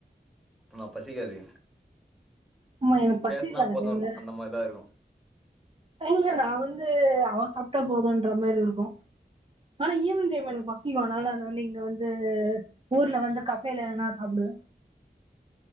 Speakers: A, in the centre; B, on the right (about 30°).
A: ஆமா பசிக்காது
B: ஆமா எனக்கு
A: பேசனா
B: பசிக்கல அந்த
A: போதுன்ருக்
B: டைம்ல
A: அந்த மா தா இருக்கு
B: இல்ல நா வந்து அவ சாப்ட்டா போதுன்ற மாரி இருக்கு ஆனா ஈவினிங் டைம் எனக்கு பசிக்கு அதனால ஏ வந்து இங்க வந்து அது ஊர்ல வந்து கஃபேல எதுனா சாப்டுவே